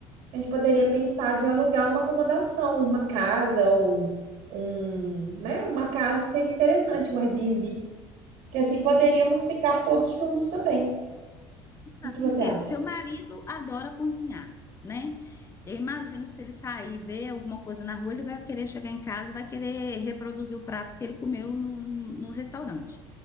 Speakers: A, on the right; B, on the left.
A: A gente poderia pensar de alugar uma acomodação, uma casa ou um, né? Uma casa seria interessante, um Airbnb, que assim poderíamos ficar todos juntos também. O
B: Sabe
A: que que
B: por
A: você
B: quê?
A: acha?
B: Seu marido adora cozinhar, né? Eu imagino se ele sair e ver alguma coisa na rua, ele vai querer chegar em casa, vai querer reproduzir o prato que ele comeu no, no no restaurante.